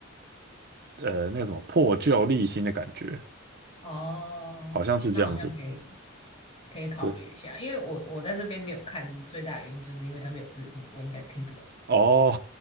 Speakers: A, on the right (about 50°); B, on the left (about 30°).
A: 呃那个什么破旧立新的感觉，
B: 啊，哦，
A: 好像是这样子。
B: 那好像可以可以考虑一下，
A: 对，
B: 因为我我在这边没有看，最大原因就是因为他们有字幕，我应该听不懂。
A: 哦